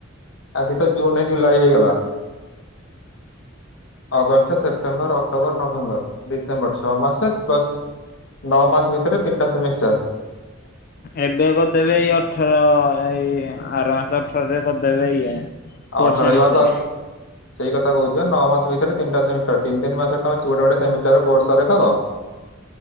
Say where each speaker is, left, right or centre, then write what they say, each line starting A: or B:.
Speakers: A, on the left; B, on the left.
A: ଆ ଜି ତ ଜୁନ ଜୁଲାଇ ହେଇଗଲା। August September October November December ଛଅ ମାସ ପ୍ଲସ୍ ନଅ ମାସ ଭିତରେ ତିନିଟା ସେମିଷ୍ଟାର।
B: ଏବେ କରିଦେବେ ଏଇ ଅଠର ଏଇ ଆର ମାସ ଅଠରରେ କରିଦେବେ ଇଏ। ଫୋର୍
A: ଆଉ ଅଠାର
B: ସେମିଷ୍ଟାର
A: ହେଲାକୁ ଆଉ ସେଇ କଥା କହୁଚି ପା ନଅ ମାସ ଭିତରେ ତିନଟା ସେମିଷ୍ଟାର ତିନିତିନି ମାସରେ ତମେ ଗୋଟେ ଗୋଟେ ସେମିଷ୍ଟାର କୋର୍ସ ସରେଇଦେବ।